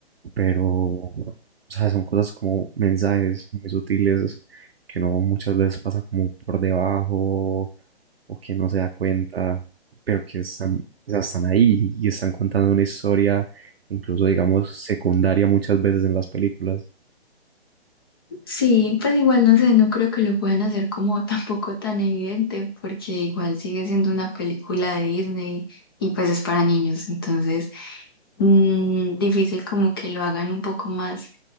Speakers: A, on the right; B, on the left.
A: pero, o sea, son cosas como mensajes muy sutiles que uno muchas veces pasa como por debajo o que no se da cuenta, pero que están, o sea, están ahí y están contando una historia, incluso digamos secundaria muchas veces en las películas.
B: Sí, pues igual no sé, no creo que lo puedan hacer como <laughs> tampoco tan evidente, porque igual sigue siendo una película de Disney y pues es para niños, entonces mm, difícil como que lo hagan un poco más